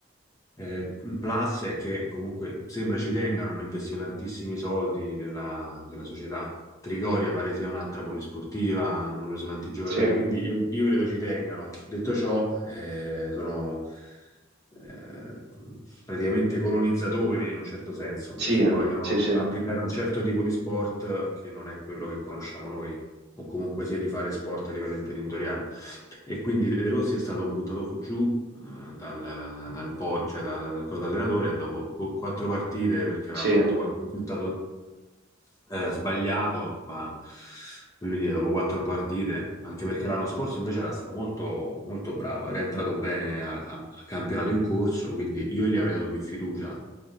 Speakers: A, on the left; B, on the right.
A: eh, un plus è che comunque sembra ci tengano, hanno investito tantissimi soldi nella, nella società. Trigoria pare sia un'altra polisportiva, hanno preso tanti giocatori,
B: sì,
A: quindi io, io credo ci tengano. Detto ciò, eh, sono eh, praticamente colonizzatori in un certo senso,
B: sì,
A: perché vogliono
B: sì, sì,
A: applicare un certo tipo di sport che non è quello che conosciamo noi o comunque sia di fare sport a livello imprenditoriale. E quindi De Rossi è stato buttato giù eh, dal, dal po', cioè dal, dal corpo allenatore dopo po- quattro partite perché aveva
B: sì.
A: fatto qualche risultato eh, sbagliato, ma voglio dire, dopo quattro partite, anche perché l'anno scorso invece era stato molto, molto bravo, era entrato bene a, a- a campionato in corso, quindi io gli avrei dato più fiducia,